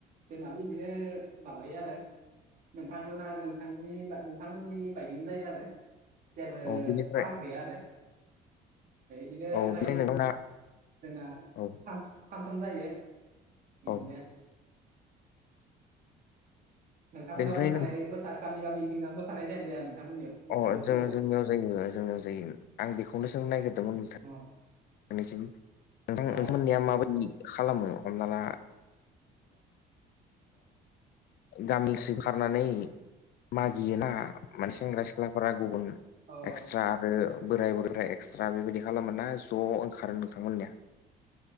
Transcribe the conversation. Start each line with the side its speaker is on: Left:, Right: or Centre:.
Right: जोंहाबो बिदिनो माबायो आरो नोंथांमोना नोंथांनि बा नोंथांमोननि बायदिनो जायो आरो जेबो
Left: औ बिनिफ्राय
Right: फाराग गैया आरो बिनो
Left: औ
Right: ओमफाय
Left: ओमफ्राय नोंथांना
Right: जोंना
Left: औ
Right: फानसनो जायो। एदिनो
Left: औ
Right: नोंथांमोननाव
Left: बेनिफ्राय
Right: मोसानाय
Left: नों
Right: मोसा गामि गामि गिंना मोसानाय जायानो जाया नोंथांमोननियाव? बैसागो
Left: अ
Right: फोरबोआव
Left: जों जोंनियाव जायो जोंनियाव जायो आं बेखौनो सोंनो नागिरदोंमोन नोंथां
Right: औ
Left: नोंथांसिम नोंथां नोंथांमोननिया
Right: अ
Left: माबायदि खालामो हमना ला गामिसो खारनानै मागियोना माने सेंग्रा सिख्लाफोरा गुबुन
Right: अ
Left: एक्सट्रा आरो बोराय बुरै एक्सट्रा बेबायदि खालामोन ना ज' ओंखारो नोंथांमोननिया